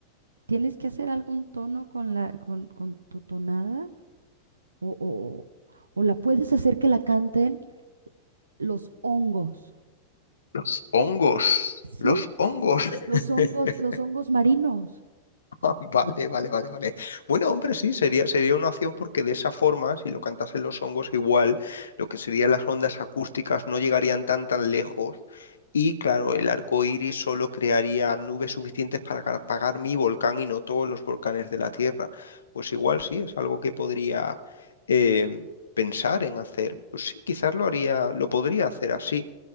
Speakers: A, on the right; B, on the left.
A: ¿Tienes que hacer algún tono con la, con, con tu tonada? ¿O, o, o la puedes hacer que la canten los hongos?
B: Los hongos.
A: Sí,
B: Los hongos. <laughs>
A: los hongos, los hongos marinos.
B: Ah, Vale, vale, vale, vale. Bueno, hombre, sí, sería, sería una opción porque de esa forma, si lo cantasen los hongos igual, lo que serían las ondas acústicas no llegarían tan tan lejos. Y claro, el arco iris solo crearía nubes suficientes para ca- apagar mi volcán y no todos los volcanes de la Tierra. Pues igual sí, es algo que podría eh, pensar en hacer. Pues sí, quizás lo haría, lo podría hacer así.